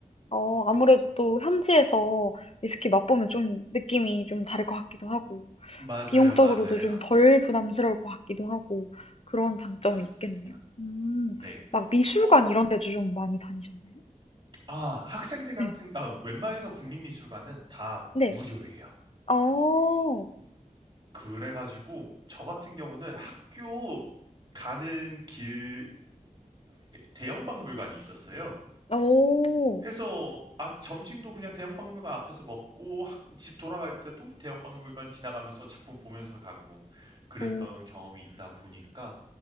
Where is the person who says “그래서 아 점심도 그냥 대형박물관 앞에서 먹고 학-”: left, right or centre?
Right